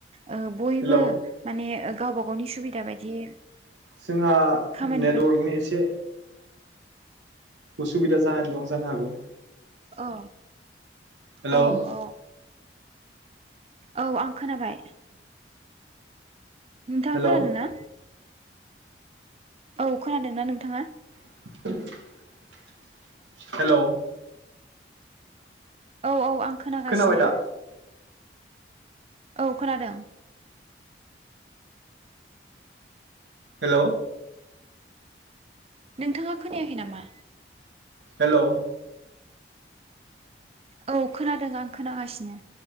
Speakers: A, on the right; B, on the right.
A: ओ बयबो
B: हेलौ
A: माने ओ गावबा गावनि सुबि दा बायदि
B: जोंहा
A: खामानिफोर
B: नेटवर्कनि एसे उसुबिदा जानानै दं जानो हागौ।
A: औ
B: हेलौ
A: औ औ। औ आं खोनाबाय। नोंथाङा
B: हेलौ
A: खोनादों ना? औ खोनादों ना नोंथांङा?
B: <inaudible> हेल।
A: औ औ आं खोनागासिनो।
B: खोनाबाय दा
A: औ खोनादों।
B: हेल'।
A: नोंथांङा खोनायाखै नामा?
B: हेल'
A: औ खोनादों आं खोनागासिनो।